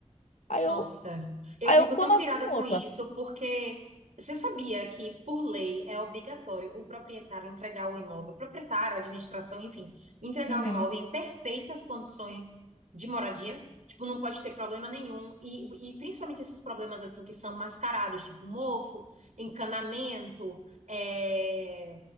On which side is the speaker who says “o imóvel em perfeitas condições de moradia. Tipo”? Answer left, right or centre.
Right